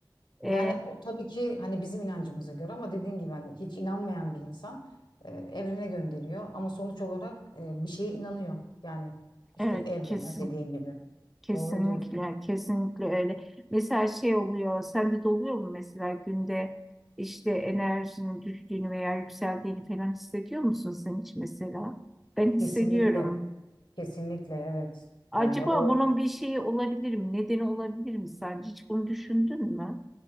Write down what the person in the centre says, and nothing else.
E,
evet
kesin.
Kesinlikle,
kesinlikle öyle. Mesela şey oluyor, sende de oluyor mu mesela günde işte enerjinin düştüğünü veya yükseldiğini falan hissediyor musun sen hiç mesela? Ben hissediyorum.
Acaba
bunun bir şeyi olabilir mi? Nedeni olabilir mi sence? Hiç bunu düşündün mü?